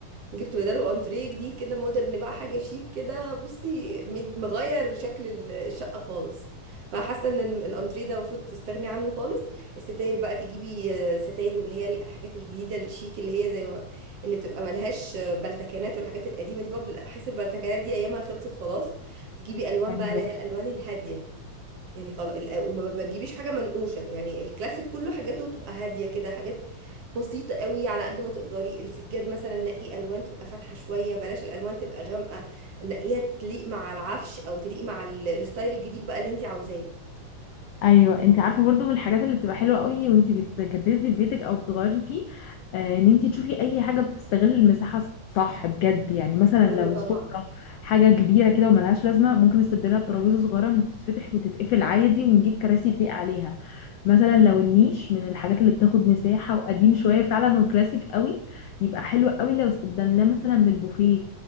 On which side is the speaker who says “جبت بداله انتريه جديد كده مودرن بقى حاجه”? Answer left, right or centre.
Right